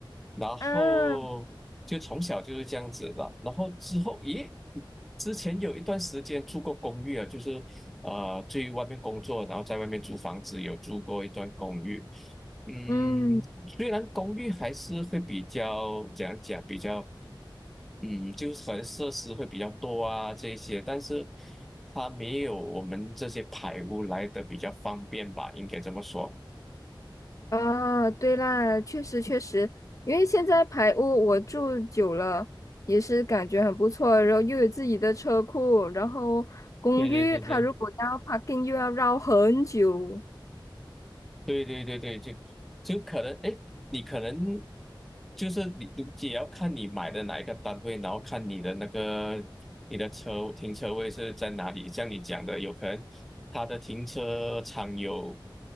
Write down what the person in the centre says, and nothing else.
然后就从小就是这样子的。
然后之后，咦，之前有一段时间住过公寓啊，就是呃去外面工作，然后在外面租房子，有住过一段公寓。嗯，
虽然公寓还是会比较怎样讲，比较嗯，就是可能设施会比较多啊这一些，但是它没有我们这些排污来的比较方便吧，应该这么说。
对对对对。
对对对对，就就可能，哎，你可能就是你也要看你买的哪一个单位，然后看你的那个你的车停车位是在哪里。像你讲的，有可能他的停车场有